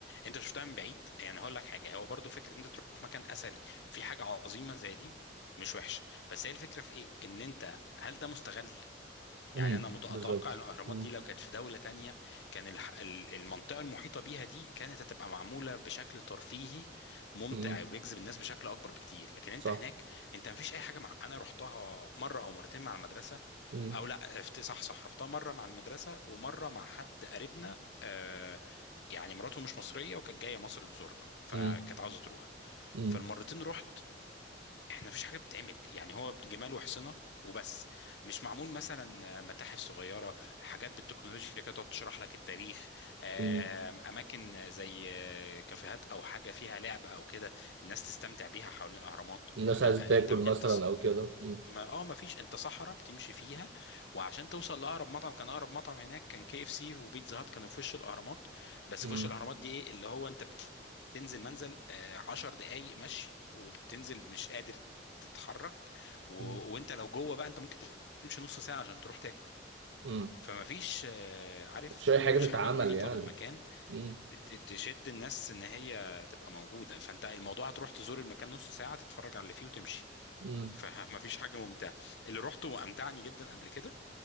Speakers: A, on the left; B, on the right.
A: انت شفتها من بعيد يعني هقول لك حاجه هو برضو فكره ان انت تروح مكان اثري وفي حاجه عظيمه زي دي مش وحشه بس هي الفكره في ايه ان انت هل ده مستغل يعني
B: امم
A: انا مت- اتوقع
B: بالظبط
A: ان الاهرامات
B: امم
A: دي لو كانت في دوله تانية كان الح- ال- المنطقه المحيطه بيها دي كانت هتبقى معموله بشكل ترفيهي ممتع
B: امم
A: ويجذب الناس بشكل اكبر بكتير لكن انت
B: صح
A: هناك انت مفيش اي حاجه مع... انا رحتها مره او مرتين مع المدرسه
B: امم
A: او لا افت- صح صح رحتها مره مع المدرسه ومره مع حد قريبنا آه، يعني مراته مش مصريه وكانت جايه مصر تزورنا فكانت
B: امم
A: عاوزه تروح
B: امم
A: فالمرتين رحت احنا مفيش حاجه بتتعمل يعني هو جمال وحصنه وبس مش معمول مثلا متاحف صغيره حاجات بالتكنولوجيا كده تقعد تشرح لك التاريخ آم،
B: أمم.
A: اماكن زي كافيهات او حاجه فيها لعب او كده الناس تستمتع بيها حوالين الاهرامات
B: الناس عايزه
A: لا
B: تاكل
A: انت انت
B: مثلا او كده امم
A: ما اه ما فيش انت صحراء بتمشي فيها وعشان توصل لاقرب مطعم كان اقرب مطعم هناك كان كي اف سي وبيتزا هات كانوا في وش الاهرامات بس
B: امم
A: في وش الاهرامات دي ايه اللي هو انت بتنزل منزل آه، عشر دقايق مشي وبتنزل مش قادر تتحرك و...
B: امم
A: وانت لو جوه بقى انت ممكن تمشي نص ساعة عشان تروح تاكل
B: أمم.
A: فما فيش آه، عارف
B: مفيش اي
A: ما
B: حاجه
A: فيش
B: تتعمل
A: حاجة محيطة
B: يعني
A: بالمكان
B: امم
A: ت- ت- تشد الناس ان هي تبقى موجودة فانت الموضوع هتروح تزور المكان نص ساعة تتفرج على اللي فيه وتمشي
B: امم
A: فما فيش <laughs> حاجه ممتعه اللي روحته وامتعني جدا قبل كده